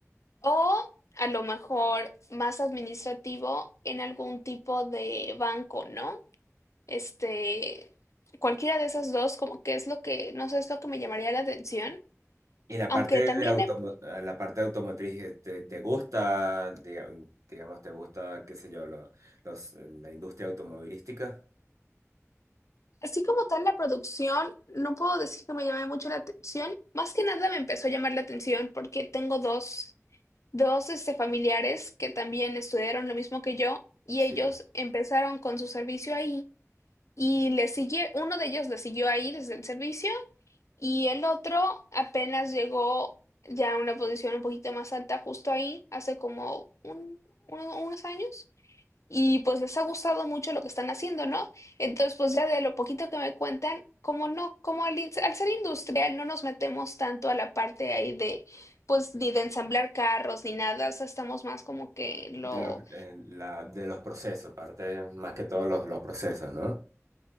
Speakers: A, on the left; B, on the right.
A: o a lo mejor más administrativo en algún tipo de banco, ¿no? Este, cualquiera de esas dos, como que es lo que, no sé, es lo que me llamaría la atención.
B: Y la
A: Aunque
B: parte
A: también
B: de automo-
A: he
B: ah, la parte de automotriz, eh, ¿te, te gusta, diga- digamos, te gusta, qué sé yo, lo- los, la industria automovilística?
A: Así como tal la producción, no puedo decir que me llame mucho la atención. Más que nada me empezó a llamar la atención porque tengo dos, dos este, familiares que también estudiaron lo mismo que yo y
B: Sí.
A: ellos empezaron con su servicio ahí y le sigue, uno de ellos le siguió ahí desde el servicio y el otro apenas llegó ya a una posición un poquito más alta justo ahí hace como un- uno- unos años y pues les ha gustado mucho lo que están haciendo, ¿no? Entonces, pues ya de lo poquito que me cuentan, como no, como al, in- al ser industrial no nos metemos tanto a la parte ahí de, pues ni de ensamblar carros ni nada, o sea, estamos más como que lo...
B: De los, eh, la, de los procesos, parte más que todos los, los procesos, ¿no?